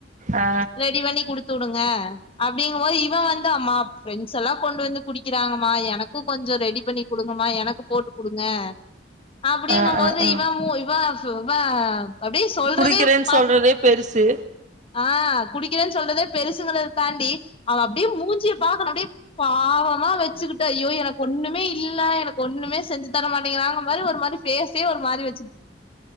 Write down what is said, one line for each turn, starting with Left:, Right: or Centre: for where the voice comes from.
Right: ஆ
Left: ரெடி பண்ணி குடுத்துடுங்க அப்படிங்கும்போது இவன் வந்து அம்மா ப்ரெண்ட்ஸ் எல்லாம் கொண்டு வந்து குடிக்கிறாங்கமா எனக்கும் கொஞ்சம் ரெடி பண்ணி கொடுங்கமா எனக்கும் போட்டு கொடுங்க அப்படிங்கும்போது
Right: ஆ ஆ ஆ
Left: இவ மோ இவ இவ அப்படி சொல்றதே
Right: குடிக்கிறேன்னு
Left: பா
Right: சொல்றதே பெருசு
Left: ஆஹ் குடிக்கிறேன்னு சொல்றதே பெருசுங்க தாண்டி அப்படியே மூஞ்சிய பாக்கணும் அப்படியே பாவமா வெச்சிக்கிட்டு அய்யோ எனக்கு ஒண்ணுமே இல்ல ஒண்ணமே செஞ்சிதரமாட்டேங்குறாங்க மாறி ஒரு மாரி பாஸ்சையே ஒரு மாரி வே